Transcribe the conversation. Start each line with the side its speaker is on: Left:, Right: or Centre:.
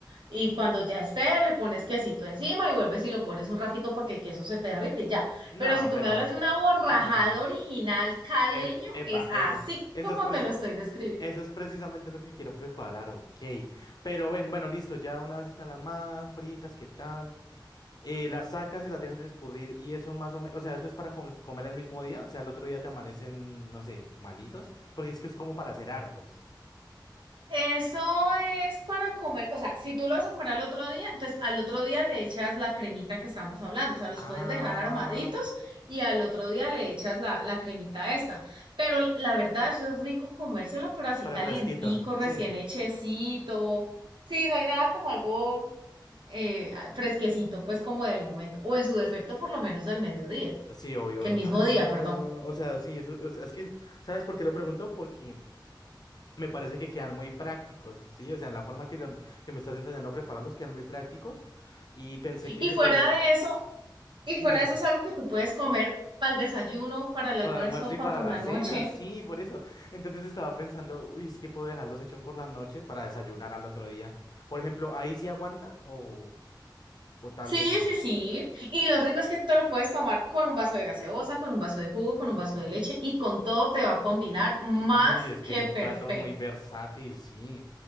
Right: y cuando ya esté, le pones quesito encima y vuelves y lo pones un ratico para que el queso se te derrite y ya.
Left: No,
Right: Pero si tú
Left: pero,
Right: me hablas de una borrajada
Left: no, no, no.
Right: original
Left: s-
Right: caleño,
Left: ep- epa,
Right: es así
Left: eso. Eso
Right: como
Left: es
Right: te lo estoy describiendo.
Left: Eso es precisamente lo que quiero preparar, ok. Pero ven, bueno, listo, ya una vez están armadas, fritas, ¿qué tal? Eh, las sacas y las dejas escurrir y eso más o menos, o sea, eso es para com- comer el mismo día, o sea, el otro día te amanecen, no sé, malitos, porque es que es como para hacer hartos.
Right: Eso es para comer, o sea, si tú lo vas a comer al otro día, entonces al otro día le echas la cremita que estamos hablando, o sea, los
Left: Ah,
Right: puedes dejar armaditos y al otro día le echas la, la cremita esta. Pero la verdad, eso es rico comérselo, pero así
Left: pero
Right: calientico,
Left: fresquito,
Right: recién
Left: sí,
Right: hechecito. Sí, no hay nada como algo eh, fresquecito, pues como del momento, o en su defecto por lo menos del mediodía,
Left: sí, obvio.
Right: del mismo
Left: Ah,
Right: día, perdón.
Left: o sea, sí, eso- o sea, es que, ¿sabes por qué lo pregunto? Porque... me parece que quedan muy prácticos, ¿sí? O sea, en la forma que, lo- que me estás enseñando a prepararlos quedan muy prácticos y pensé
Right: Y
Left: que se
Right: fuera
Left: podía,
Right: de eso, Y
Left: sí,
Right: fuera
Left: dime,
Right: de eso es algo que tú puedes comer para el desayuno, para el almuerzo,
Left: para el almuerzo y
Right: para
Left: para
Right: por
Left: la
Right: la
Left: cena,
Right: noche.
Left: sí, por eso. Entonces estaba pensando, uy, es que puedo dejarlos hechos por la noche para desayunar al otro día. Por ejemplo, ¿ahí sí aguanta o, o tal
Right: Sí,
Left: vez no?
Right: sí, sí. Y lo rico es que te lo puedes tomar con un vaso de gaseosa, con un vaso de jugo, con un vaso de leche y con todo te va a combinar más
Left: Ay, es
Right: que
Left: que es un
Right: perfecto.
Left: plato muy versátil, sí.